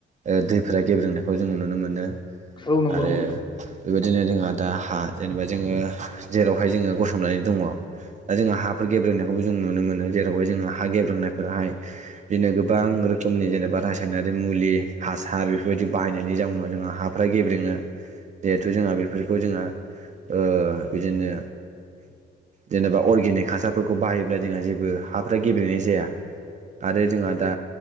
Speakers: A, on the right (about 40°); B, on the left (about 25°).
A: ओ दैफोरा गेब्रेंनायखौ जोंङो नुनो मोनो
B: औ नंगौ नंगौ।
A: ओ बेबायदिनो जोंहा दा हा जेनोबा जोङो जेरावहाय जोङो गसंनानै दङ' दा जोंहा हा फोर गेब्रेंनायखौबो जों नुनो मोनो जेरावहाय जोंङो हा गेब्रेंनायफोराहाय बिदिनो गोबां रोखोमनि जेनो बा रासायनारि मुलि हासार बेफोरबायदि बाहायनायनि जाउनाव जोंहा हाफ्रा गेब्रेङो जिहेथु जोंहा बेफोर खौ जोंहा ओ बिदिनो जेनोबा अर्गेनिक हासारफोरखौ बाहायोब्ला जोंहा जेबो हा फ्रा गेब्रेनाय जाया आरो जोंहा दा